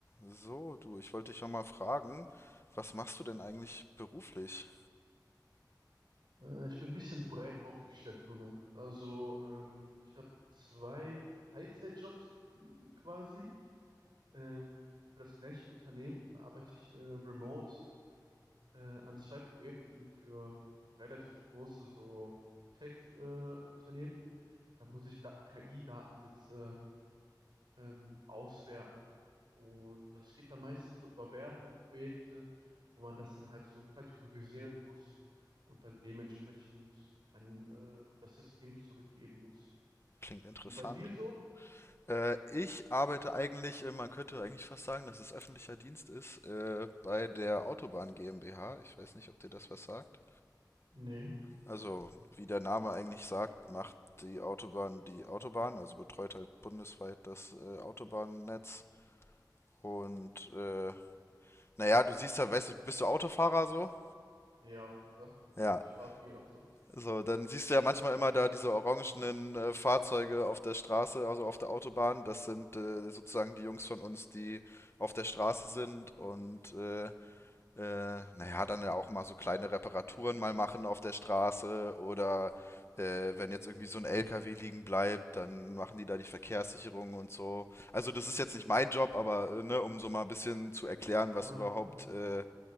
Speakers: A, on the left; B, on the right.
A: So, du, ich wollte dich ja mal fragen, was machst du denn eigentlich beruflich?
B: Äh, ich bin ein bisschen breit aufgestellt im Moment. Also, ähm, ich habe zwei Teilzeitjobs m, quasi ähm, für das gleiche Unternehmen. Da arbeite ich äh, remote äh, an zwei Projekten für relativ große so Tech-Unternehmen. da muss ich da KI-Datensätze ähm, auswerten. Und das geht dann meistens so über Werbeprojekte, wo man das dann halt so kategorisieren muss und dann dementsprechend an äh, das System zurückgeben muss.
A: Klingt interessant.
B: Und bei dir so?
A: Äh, ich arbeite eigentlich, äh, man könnte eigentlich fast sagen, dass es öffentlicher Dienst ist, äh, bei der Autobahn GmbH. Ich weiß nicht, ob dir das was sagt.
B: Nee.
A: Also, wie der Name eigentlich sagt, macht die Autobahn die Autobahn, also betreut halt bundesweit das äh, Autobahnnetz. Und äh, naja, du siehst ja, weißt du, bist du Autofahrer so?
B: Nee, ja, auf jeden Fall. <laughs>
A: Ja,
B: Ich fahre viel Auto.
A: So, dann siehst du ja manchmal immer da diese orangenen äh, Fahrzeuge auf der Straße, also auf der Autobahn. Das sind äh, sozusagen die Jungs von uns, die auf der Straße sind und äh, äh, naja, dann ja auch mal so kleine Reparaturen mal machen auf der Straße oder äh, wenn jetzt irgendwie so ein LKW liegen bleibt, dann machen die da die Verkehrssicherung und so. Also das ist jetzt nicht mein Job, aber äh, ne, um so mal ein bisschen zu erklären, was
B: Ah,
A: überhaupt
B: okay, ja.
A: äh,